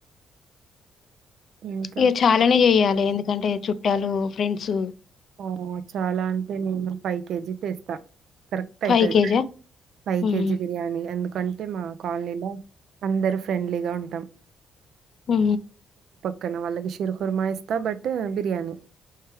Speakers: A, on the right (about 70°); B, on the left (about 55°).
A: ఇంకా
B: ఇగ చాలానే చెయాలి ఎందుకం ఎందుకంటే చుట్టాలు ఫ్రెండ్స్
A: ఓ చాలా అంటే నేను ఫై కేజీతెస్తా కరెక్ట్
B: ఫైవ్
A: అయితది
B: కేజా
A: ఫై
B: ఉమ్.
A: కేజీ బిర్యానీ ఎందుకంటే మా కాలనీలో అందరు ఫ్రెండ్లీగా ఉంటాం
B: హు
A: అక్కన వాళ్ళకి శిరుహుర్మా ఇస్తా బట్ బిర్యానీ